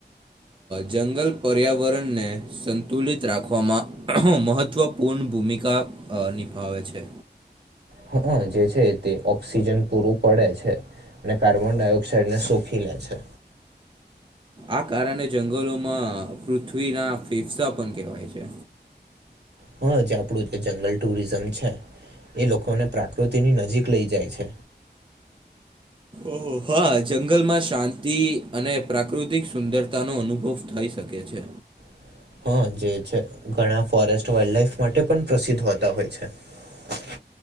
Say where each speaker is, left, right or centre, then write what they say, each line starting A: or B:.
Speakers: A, on the right (about 30°); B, on the right (about 70°).
A: જંગલ પર્યાવરણને સંતુલિત રાખવામાં મહત્વપૂર્ણ ભૂમિકા નિભાવે છે
B: હા જે છે તે ઓક્સિજન પૂરું પડે છે અને કાર્બન ડાયોક્સાઈડ ને શોખી લે છે
A: આ કારણે જંગલોમાં પૃથ્વીના ફેફસા પણ કહેવાય છે
B: હા જે આપડું જંગલ ટુરિઝમ છે એ લોકોને પ્રાકૃતિની નજીક લઈ જાય છે
A: ઓહ હા જંગલમાં શાંતિ અને પ્રાકૃતિક સુંદરતા નો અનુભવ થઈ શકે છે
B: <inaudible> હ જે છે ઘણા ફોરેસ્ટ વાલ્ લફ માટે પણ પ્રસિદ્ધ હોતા હોય છે <unintelligible>